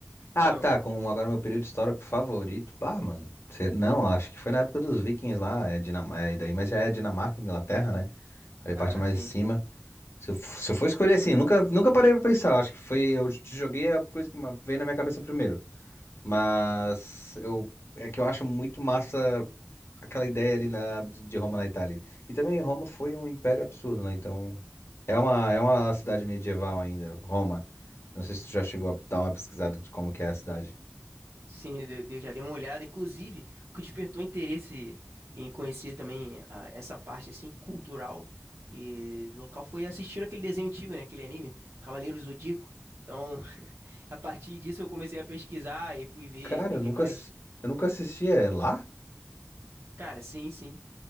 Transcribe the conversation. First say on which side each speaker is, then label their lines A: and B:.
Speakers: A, on the left; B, on the right.
A: Ah,
B: Ou não?
A: tá, como agora meu período histórico favorito. Bah, mano. cê- Não, acho que foi na época dos Vikings lá, é Dinamarca, é daí, mas já é Dinamarca, Inglaterra, né? Ali a
B: Ah,
A: parte mais
B: sim.
A: de cima. Se eu, f- se eu for escolher assim, eu nunca, nunca parei pra pensar. Acho que foi. Eu te joguei a coisa que ma- veio na minha cabeça primeiro. Mas eu é que eu acho muito massa aquela ideia ali na, de de Roma na Itália. E também Roma foi um império absurdo, né? Então é uma, é uma cidade medieval ainda, Roma. Não sei se tu já chegou a dar uma pesquisada de como que é a cidade.
B: Sim, eu dei- eu já dei uma olhada. Inclusive, o que despertou interesse em conhecer também a- essa parte assim cultural e do local foi assistindo aquele desenho antigo, né? Aquele anime, Cavaleiros Zodíaco. Então, <laughs> a partir disso eu comecei a pesquisar e fui ver,
A: Cara,
B: entender
A: eu nunca,
B: mais.
A: ass- eu nunca assisti. É lá?
B: Cara, sim, sim.